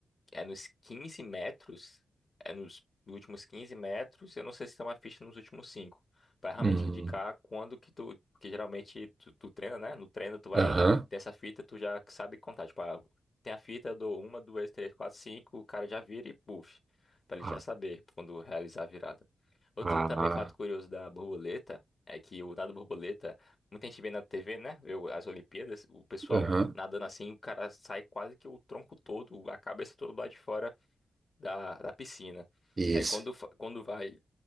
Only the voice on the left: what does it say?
É nos 15 metros. É nos últimos 15 metros. Eu não sei se tem uma ficha nos últimos 5. Vai realmente
indicar quando que tu. Porque geralmente tu, tu treina, né? No treino tu vai
ter essa fita, tu já sabe contar. Tipo, ah, tem a fita do uma, 2, 3, 4, 5. O cara já vira e puxa. Pra ele
já saber quando realizar a virada. Outro
também fato curioso da borboleta é que o nado borboleta Muita gente vê na TV, né? Vê o- as Olimpíadas, o pessoal
nadando assim, o cara sai quase que o tronco todo, a cabeça toda lá de fora da, da piscina.
Aí quando, fa- quando vai